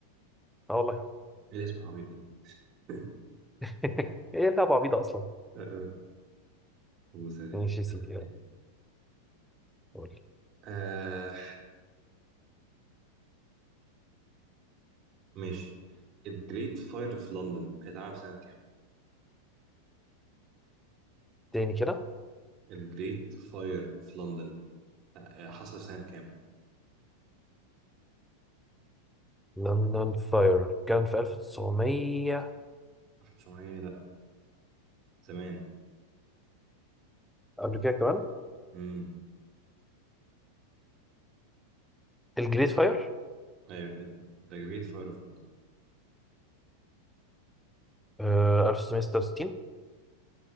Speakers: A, in the centre; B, on the right.
A: اه والله
B: ايه الاسم العبيط ده <laughs>
A: <laughs> ايه لعبه عبيطه اصلا
B: آه، بص يا سيدي
A: ماشي
B: أديك
A: يا سيدي
B: سؤال تاني
A: قول
B: آه ماشي الجريت فاير في لندن اتعمل في سنة كام؟
A: تاني كده
B: الجريت فاير في لندن آه، آه، حصل في سنة كام؟
A: لندن فاير كان في 1900
B: 1900 لا زمان
A: قبل كده كمان
B: امم
A: الجريت فاير
B: ايوه ذا جريت فاير في لندن
A: آه 1966